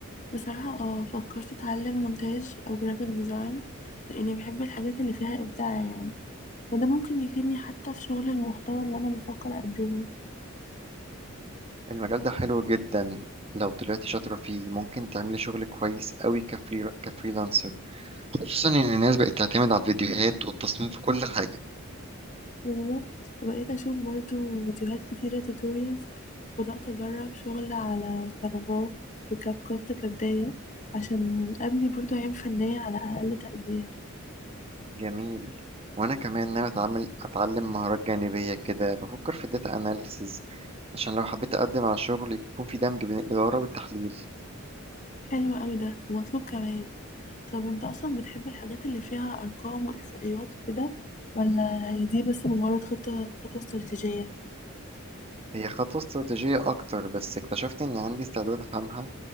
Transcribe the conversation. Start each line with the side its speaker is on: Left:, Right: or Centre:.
Left: بصراحة اه فكرت أتعلم مونتاج أو جرافيك ديزاين لأني بحب الحاجات اللي فيها إبداع يعني وده ممكن يفيدني حتى في شغل المحتوى اللي أنا بفكر أقدمه
Right: المجال ده حلو جدا لو طلعتي شاطرة فيه ممكن تعملي شغل كويس قوي كفري كفريلانسر خصوصا إن الناس بقت تعتمد على الفيديوهات والتصميم في كل حاجة
Left: بالظبط وبقيت أشوف برضو فيديوهات كتيرة توتوريالز وبدأت أجرب شغل على كانفا وكاب كوت كبداية عشان أبني برضو عين فنية على أقل تقدير
Right: جميل وأنا كمان ناوي أتعمل أتعلم مهارات جانبية كده بفكر في الداتا أناليسز عشان لو حبيت أقدم على شغل يكون في دمج بين الإدارة والتحليل
Left: حلو أوي ده ومطلوب كمان طب أنت أصلا بتحب الحاجات اللي فيها أرقام وإحصائيات وكده ولا هي دي بس مجرد خطة خطوة استراتيجية؟
Right: هي خطوة استراتيجية أكتر بس اكتشفت إن عندي استعداد أفهمها